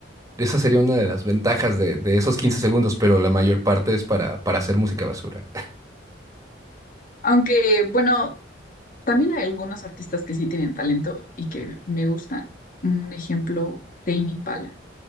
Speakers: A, on the right; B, on the left.
A: Esa sería una de las ventajas de, de esos 15 segundos, pero la mayor parte es para, para hacer música basura.
B: Aunque, bueno, también hay algunos artistas que sí tienen talento y que me gustan. Un ejemplo, Tame Impala.